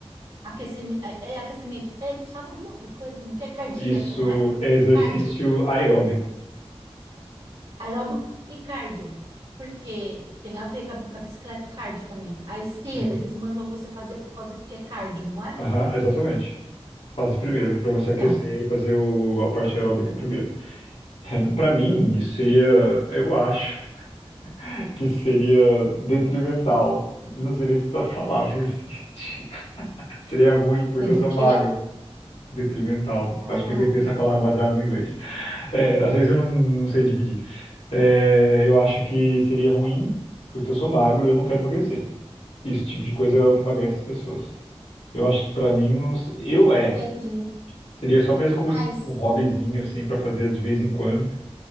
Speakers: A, on the right; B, on the left.
A: aquecimento, é, é aquecimento. Eles falam alguma outra coisa, como que é cardíaca,
B: Isso
A: não é?
B: é exercício
A: Cardio.
B: aeróbico.
A: Aeróbico e cardio, porque tem a ver com a, com a bicicleta o cardio também. A esteira,
B: Sim.
A: eles mandam você fazer por causa que é cardio, não é?
B: Aham, exatamente. Faz primeiro, pra você
A: Então,
B: aquecer e fazer o- a parte aeróbica primeiro. <laughs> Para mim, isso seria, eu acho <laughs> que seria detrimental. Não seria se essa palavra existe. <laughs> Seria ruim porque
A: seria
B: eu sou
A: o quê?
B: magro. Detrimental.
A: Ah,
B: Acho que eu inventei essa palavra baseada no inglês. É, às vezes eu não, não sei dividir. É, eu acho que seria ruim porque eu sou magro e eu não quero emagrecer. Esse tipo de coisa é o que emagrece as pessoas. Eu acho que para mim, não, se- eu é.
A: entendi.
B: Seria só mesmo como
A: Mas,
B: um hobbyzinho, assim, para fazer de vez em quando.